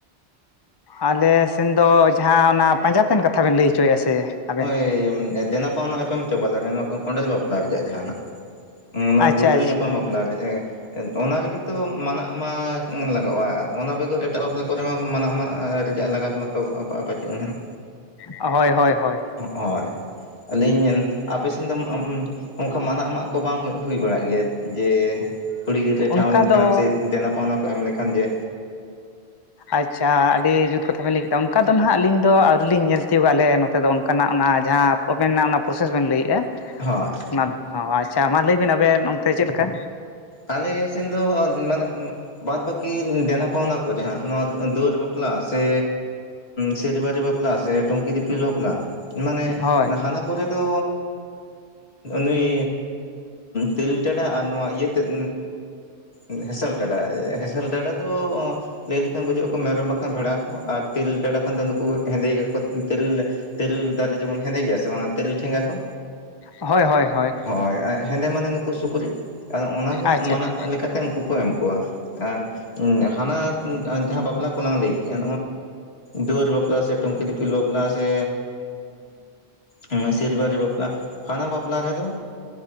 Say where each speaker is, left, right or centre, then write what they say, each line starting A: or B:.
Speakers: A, on the left; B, on the left.
A: ᱟᱞᱮ ᱥᱮᱱ ᱫᱚ ᱡᱟᱦᱟᱸ ᱚᱱᱟ ᱯᱟᱸᱡᱟᱛᱮᱱ ᱠᱟᱛᱷᱟ ᱵᱮᱱ ᱞᱟᱹᱭ ᱦᱚᱪᱚᱭᱮᱫᱼᱟ ᱥᱮ ᱟᱵᱮᱱ?
B: ᱮᱭ ᱫᱮᱱᱟ <unintelligible> ᱪᱟᱵᱟ ᱞᱟᱜᱮ ᱱᱚᱣᱟ ᱠᱚ ᱠᱚᱸᱰᱮᱞ ᱵᱟᱯᱞᱟ ᱨᱮᱭᱟᱜᱼᱟ ᱡᱟᱦᱟᱱᱟᱜ ᱢᱟᱱᱮ
A: ᱟᱪᱪᱷᱟ
B: ᱜᱩᱲᱫᱟᱹᱣ
A: ᱟᱪᱪᱷᱟ
B: ᱧᱟᱯᱟᱢ ᱵᱟᱯᱞᱟ ᱨᱮᱭᱟᱜ ᱚᱱᱟ ᱨᱮᱜᱮ ᱛᱚ ᱢᱟᱱᱟᱜ ᱢᱟ ᱞᱟᱜᱟᱜᱼᱟ ᱚᱱᱟ ᱵᱮᱜᱚᱨ ᱮᱴᱟᱜ ᱵᱟᱯᱞᱟ ᱠᱚᱨᱮ ᱢᱟ ᱢᱟᱱᱟᱜ ᱢᱟ ᱨᱮᱭᱟᱜ ᱞᱟᱜᱟᱛ ᱚᱱᱟ ᱛᱚ ᱯᱟᱹᱪᱩᱜᱼᱟ
A: ᱦᱳᱭ ᱦᱳᱭ ᱦᱳᱭ
B: ᱦᱳᱭ ᱟᱹᱞᱤᱧ ᱟᱯᱮ ᱠᱷᱟᱱ ᱫᱚ ᱚᱱᱠᱟ ᱢᱟᱱᱟᱜ ᱢᱟᱜ ᱠᱚ ᱵᱟᱝ ᱦᱩᱭ ᱵᱟᱲᱟᱜ ᱜᱮᱭᱟ ᱡᱮ ᱠᱩᱲᱤ ᱜᱤᱫᱽᱨᱟᱹᱭ
A: ᱚᱱᱠᱟ
B: ᱴᱷᱟᱶ ᱞᱮᱱᱠᱷᱟᱱ
A: ᱫᱚ
B: ᱥᱮ ᱫᱮᱱᱟ ᱯᱟᱣᱱᱟ ᱠᱚ ᱮᱢ ᱞᱮᱠᱷᱟᱱ ᱡᱮ
A: ᱟᱪᱷᱟ ᱟᱹᱰᱤ ᱡᱩᱛ ᱠᱟᱛᱷᱟ ᱵᱮᱤᱱ ᱞᱟᱹᱭ ᱠᱮᱫᱟ ᱚᱱᱠᱟ ᱫᱚ ᱱᱟᱦᱟᱜ ᱟᱹᱞᱤᱧ ᱫᱚ ᱟᱹᱣᱨᱤ ᱞᱤᱧ ᱧᱮᱞ ᱛᱤᱭᱳᱜᱟ ᱟᱞᱮ ᱱᱚᱛᱮ ᱫᱚ ᱚᱱᱠᱟᱱᱟᱜ ᱚᱱᱟ ᱡᱟᱦᱟᱸ ᱟᱵᱮᱱ ᱨᱮᱱᱟᱜ ᱚᱱᱟ ᱯᱨᱚᱥᱮᱥ ᱵᱮᱱ ᱞᱟᱹᱭᱮᱫᱼᱟ
B: ᱦᱳᱭ
A: ᱚᱱᱟ ᱚ ᱟᱪᱷᱟ ᱢᱟ ᱞᱟᱹᱭᱵᱱ ᱟᱵᱮᱱ ᱚᱱᱛᱮ ᱪᱮᱫ ᱞᱮᱠᱟ?
B: ᱟᱞᱮ ᱥᱮᱱ ᱫᱚ ᱢᱟᱱᱮ ᱵᱟᱫ ᱵᱟᱹᱠᱤ ᱫᱮᱱᱟ ᱯᱟᱣᱱᱟ ᱠᱚ ᱡᱟᱦᱟᱸ ᱱᱚᱣᱟ ᱫᱩᱣᱟᱹᱨ ᱵᱟᱯᱞᱟ ᱥᱮ ᱥᱮᱤᱨᱤᱵᱟᱨᱤ ᱵᱟᱯᱞᱟ ᱥᱮ ᱴᱩᱢᱠᱤ ᱫᱤᱯᱤᱞ ᱵᱟᱯᱞᱟ ᱢᱟᱱᱮ
A: ᱦᱳᱭ
B: ᱦᱟᱱᱟᱠ ᱠᱚᱨᱮ ᱫᱚ ᱱᱩᱭ ᱛᱮᱨᱮᱞ ᱴᱮᱰᱟ ᱟᱨ ᱱᱚᱣᱟ ᱤᱭᱟᱹ ᱛᱮᱫ ᱮᱸᱦᱮᱸᱥᱮᱞ ᱴᱮᱰᱟ ᱦᱮᱸᱥᱮᱞ ᱴᱮᱰᱟ ᱫᱚ ᱞᱟᱹᱭ ᱞᱮᱠᱷᱟᱱ ᱵᱩᱡᱷᱩᱜ ᱟᱠᱚ ᱢᱮᱨᱚᱢ ᱵᱟᱠᱷᱟᱱ ᱵᱷᱮᱲᱟ ᱟᱠᱚ ᱟᱨ ᱛᱮᱨᱮᱞ ᱢᱮᱰᱟ ᱠᱷᱟᱱ ᱫᱚ ᱱᱩᱠᱩ ᱦᱮᱸᱫᱮ ᱜᱮᱠᱚ ᱛᱤᱞ ᱛᱮᱨᱮᱞ ᱫᱟᱨᱮ ᱡᱮᱢᱚᱱ ᱦᱮᱸᱫᱮ ᱜᱮᱭᱟ ᱥᱮ ᱵᱟᱝᱟ ᱛᱮᱨᱮᱞ ᱴᱷᱮᱸᱜᱟ ᱠᱚ
A: ᱦᱳᱭ ᱦᱳᱭ ᱦᱳᱭ
B: ᱦᱳᱭ ᱦᱮᱸᱫᱮ ᱢᱟᱱᱮ ᱱᱩᱠᱩ ᱥᱩᱠᱨᱤ ᱟᱫᱚ ᱚᱱᱟᱜᱮ
A: ᱟᱪᱪᱷᱟ
B: ᱢᱟᱱᱟ
A: ᱟᱪᱪᱷᱟ
B: ᱞᱮᱠᱟᱛᱮ ᱩᱱᱠᱩ ᱠᱚ ᱮᱢ ᱠᱚᱣᱟ ᱟᱨ ᱦᱟᱱᱟ ᱡᱟᱦᱟᱸ ᱵᱟᱯᱞᱟ ᱠᱚᱞᱟᱝ ᱞᱟᱹᱭ ᱠᱮᱫᱼᱟ ᱫᱩᱣᱟᱹᱨ ᱵᱟᱯᱞᱟ ᱥᱮ ᱴᱩᱝᱠᱤ ᱫᱤᱯᱤᱞ ᱵᱟᱯᱞᱟ ᱥᱮ ᱦᱩᱸ ᱥᱤᱞᱵᱟᱨᱤ ᱵᱟᱯᱞᱟ ᱦᱟᱱᱟ ᱵᱟᱯᱞᱟ ᱨᱮᱫᱚ